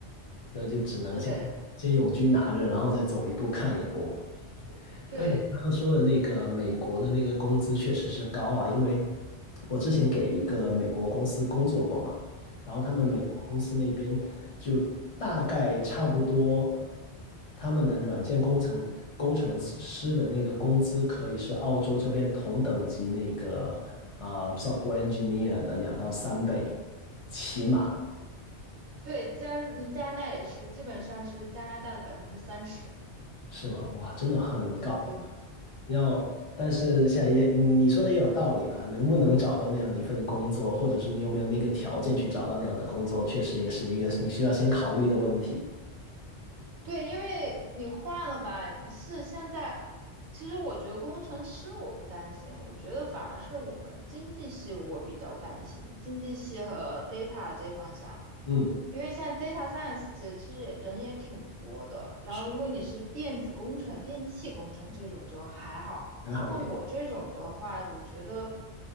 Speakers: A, on the left; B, on the right.
A: 那就只能先先永居拿着，
B: 对
A: 然后再走一步看一步。
B: 对，
A: 但你刚刚说的那个美国的那个工资确实是高啊，因为我之前给一个美国公司工作过嘛，然后他们美国公司那边就大概差不多，
B: 嗯，
A: 他们的软件工程工程师的那个工资可以是澳洲这边同等级那个啊、呃 software engineer 的两到三倍，起码。
B: 对，加嗯加拿大也是，基本上是加拿大的百分之三十。
A: 是吗？哇，真的很高。
B: 对对
A: 要，但是现在也嗯你说的也有道理了，能不能找到那样一份工作，或者是你有没有那个条件去找到那样的工作，确实也是一个你需要先考虑的问题。
B: 对，因为你换了吧，你是现在，其实我觉得工程师我不担心，我觉得反而是我们经济系我比较担心，经济系和 data 这方向，
A: 嗯，
B: 因为现在 data science 这其实也人也挺多的，然后如果你是电子工程、
A: 是
B: 电气工程这种就还好。
A: 还好一点，
B: 那我这种的话，我觉得。